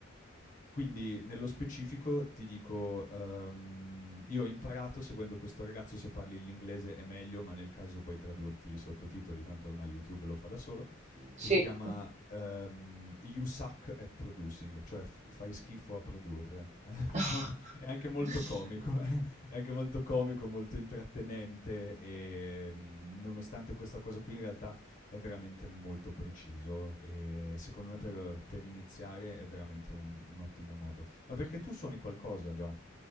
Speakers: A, on the left; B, on the right.
A: Quindi nello specifico ti dico, ehm, io ho imparato seguendo questo ragazzo, se parli l'inglese è meglio, ma nel caso puoi tradurti i sottotitoli, tanto ormai YouTube lo fa da solo,
B: Sì.
A: che si chiama ehm, You Suck at Producing, cioè f- fai schifo a produrre. <laughs>
B: <laughs>
A: è anche molto
B: Sì.
A: comico, <laughs> è anche molto comico, molto intrattenente e mm, nonostante questa cosa qui in realtà è veramente molto preciso e secondo me per, per iniziare è veramente un, un ottimo modo. Ma perché tu suoni qualcosa già?